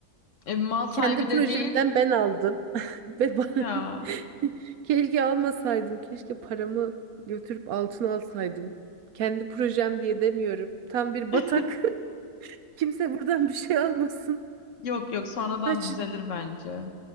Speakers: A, on the left (about 55°); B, on the right (about 70°).
A: E, mal sahibi
B: Kendi projemden
A: dediğin
B: ben aldım. <laughs> Ve ba-
A: ya.
B: <laughs> keşke almasaydım. Keşke paramı götürüp altın alsaydım. Kendi projem diye demiyorum. Tam bir
A: <laughs>
B: batak. <laughs> Kimse buradan bir şey almasın.
A: Yok yok sonradan
B: Kaçın.
A: düzelir bence.